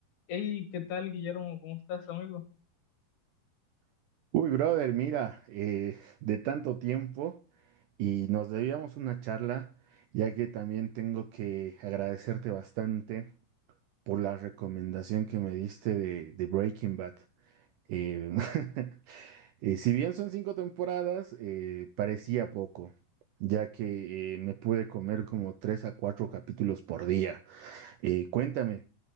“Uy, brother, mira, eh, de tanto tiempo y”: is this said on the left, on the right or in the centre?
Right